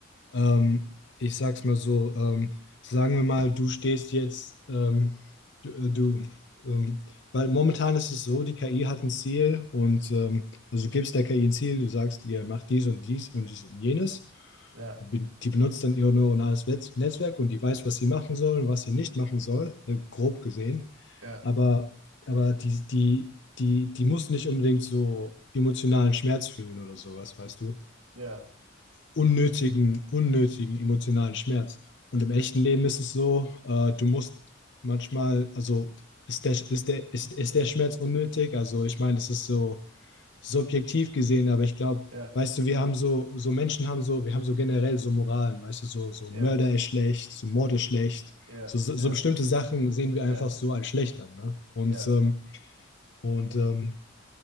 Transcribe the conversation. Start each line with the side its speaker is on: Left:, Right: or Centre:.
Left: Ähm, ich sag's mal so, ähm, sagen wir mal, du stehst jetzt, ähm, du, äh, du ähm, weil momentan ist es so, die KI hat ein Ziel und ähm, also du gibst der KI ein Ziel, du sagst ihr, mach dies und dies und dies und jenes.
Right: Ja,
Left: Und be- Die benutzt dann ihr neuronales Wetz- Netzwerk und die weiß, was sie machen soll, was sie nicht machen soll, äh, grob gesehen.
Right: ja,
Left: Aber, aber die, die, die, die muss nicht unbedingt so emotionalen Schmerz fühlen oder sowas, weißt du?
Right: ja,
Left: unnötigen, unnötigen emotionalen Schmerz. Und im echten Leben ist es so, äh, du musst manchmal, also ist der, ist der, ist, ist der Schmerz unnötig? Also ich meine, das ist so subjektiv gesehen, aber ich glaube,
Right: ja,
Left: weißt du, wir haben so, so Menschen haben so, wir haben so generell so Moralen, weißt du, so, so
Right: ja,
Left: Mörder ist schlecht, so Mord ist schlecht.
Right: ja,
Left: So, so,
Right: ja,
Left: so bestimmte Sachen sehen wir
Right: ja,
Left: einfach so als schlecht an. Ne? Und,
Right: ja,
Left: ähm, und ähm,